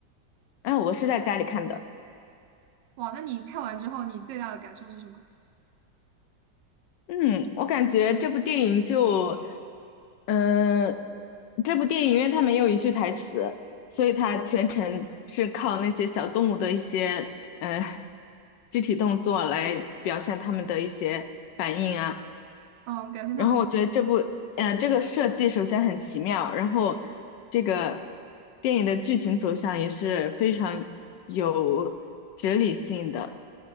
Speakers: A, on the left; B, on the right.
A: 哎、我是在家里看的。
B: 哇，那你看完之后，你最大的感受是什么？
A: 嗯，我感觉这部电影就，嗯、这部电影因为它没有一句台词，所以它全程是靠那些小动物的一些呃肢体动作来表现它们的一些反应啊。
B: 嗯，表现他们。
A: 然后我觉得这部呃这个设计首先很奇妙，然后这个电影的剧情走向也是非常有哲理性的。